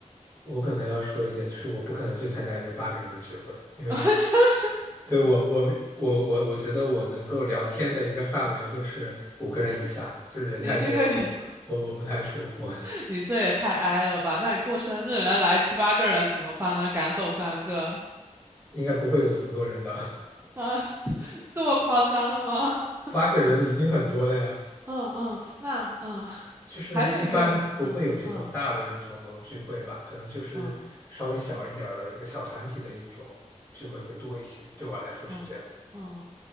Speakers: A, on the left; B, on the right.
A: 我可能要说一点，就是我不可能去参加一个八个人的聚会，
B: <laughs>
A: 因为
B: 我就是
A: 对，我我我我我觉得我能够聊天的一个范围就是五个人以下，就是人太多了，
B: 你这个也，
A: 我我不太舒服，
B: <laughs> 你这也太哀了吧？那你过生日，人家来七八个人怎么办呢？赶走三个
A: <laughs> 应该不会有这么多人的，
B: 啊，<laughs> 这么夸张的吗？
A: <laughs>
B: <laughs>
A: 八个人已经很多了呀，
B: 嗯嗯，那嗯，
A: 就是一般不会有这种大的一种聚会吧，
B: 还有一个，嗯嗯
A: 可能就是稍微小一点儿的一个小团体的一种聚会会多一些，
B: 嗯
A: 对我来说是这样。
B: 嗯嗯，